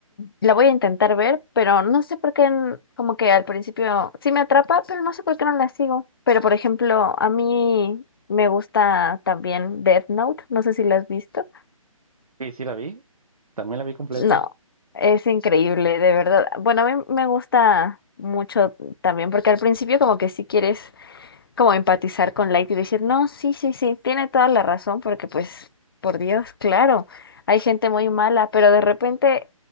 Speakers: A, on the left; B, on the right.
A: la voy a intentar ver, pero no sé por qué, n- como que al principio sí me atrapa, pero no sé por qué no la sigo. Pero por ejemplo, a mí me gusta también Death Note, no sé si la has visto.
B: Sí, sí la vi. También la vi completa.
A: No, es increíble, de verdad. Bueno, a mí me gusta mucho también, porque al principio como que sí quieres como empatizar con Light y decir, no, sí, sí, sí, tiene toda la razón, porque pues, por Dios, claro, hay gente muy mala, pero de repente